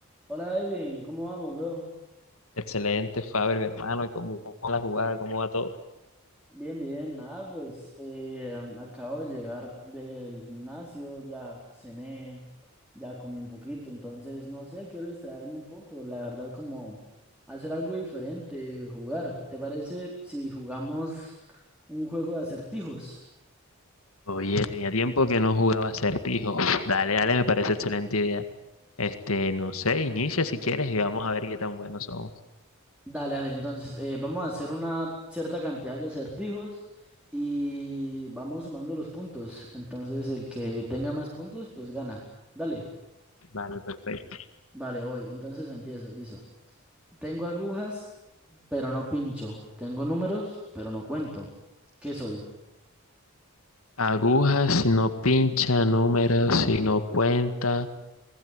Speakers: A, in the centre; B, on the left.
A: Hola Edwin, ¿cómo vamos, bro?
B: Excelente, Faber, mi hermano, ¿cómo va la jugada? ¿Cómo va todo?
A: Bien, bien, nada, pues eh, acabo de llegar del gimnasio, ya cené, ya comí un poquito, entonces no sé, quiero distraerme un poco, la verdad, como hacer algo diferente, jugar. ¿Te parece si jugamos un juego de acertijos?
B: Oye, tenía tiempo que no jugaba acertijos. Dale, dale, me parece excelente idea. Este, no sé, inicia si quieres y vamos a ver qué tan buenos somos.
A: Dale, dale, entonces eh, vamos a hacer una cierta cantidad de acertijos y vamos sumando los puntos, entonces el que tenga más puntos, pues gana. Dale.
B: Vale, perfecto.
A: Vale, voy. Entonces empiezo. Dice, tengo agujas, pero no pincho. Tengo números, pero no cuento. ¿Qué soy?
B: Agujas si no pincha, números si no cuenta,